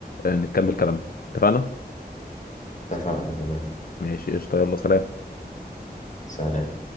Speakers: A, on the left; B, on the left.
A: آه، نكمل كلامنا اتفقنا
B: اتفقنا تمام
A: ماشي قشطة يلا سلام
B: سلام